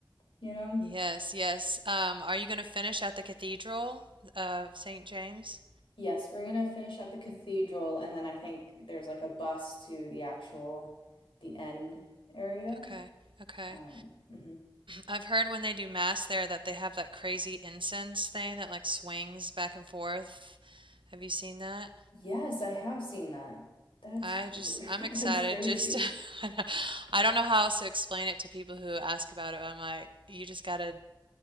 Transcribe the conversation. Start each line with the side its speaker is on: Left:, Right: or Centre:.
Left: you know?
Right: Yes, yes. Um, are you going to finish at the Cathedral of St. James?
Left: Yes, we're gonna finish at the cathedral and then I think there's like a bus to the actual the end area.
Right: Okay, okay.
Left: Um mhm.
Right: I've heard when they do mass there that they have that crazy incense thing that like swings back and forth. Have you seen that?
Left: Yes, I have seen that. That's
Right: I just
Left: r-
Right: I'm
Left: <laughs> that's
Right: excited
Left: crazy.
Right: just to, <laughs> I know- I don't know how else to explain it to people who ask about it. I'm like, you just gotta